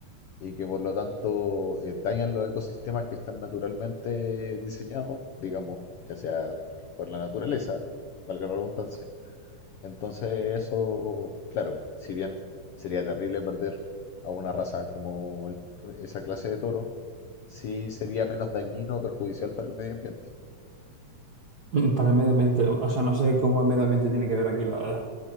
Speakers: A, on the left; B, on the right.
A: y que por lo tanto eh, dañan los ecosistemas que están naturalmente diseñados, digamos, ya sea por la naturaleza, valga la redundancia. Entonces eso, claro, si bien sería terrible perder a una raza como el- esa clase de toro, sí sería menos dañino o perjudicial para el medio ambiente.
B: Mm, Para el medio ambiente, o sea, no sé cómo el medio ambiente tiene que ver aquí, la verdad.